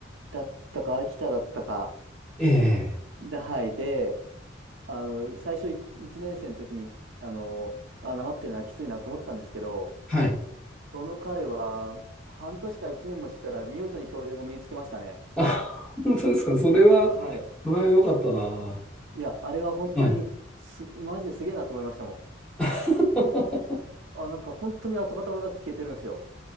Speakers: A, on the right; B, in the centre.
A: だったか、秋田だったか、
B: ええ。
A: で、はい、で、あの、最初い1年生の時に、あの、あ、なまってるな、きついなと思ったんですけど、
B: はい。
A: その彼は、半年か1年もしたら、見事に標準語身につけましたね。
B: あ、本当ですか。それは、
A: はい。
B: それは良かったな。
A: いや、あれは本当にす、
B: はい。
A: マジですげえなと思いましたもん。
B: <laughs>
A: あ、なんか本当に跡形もなく消えてるんですよ。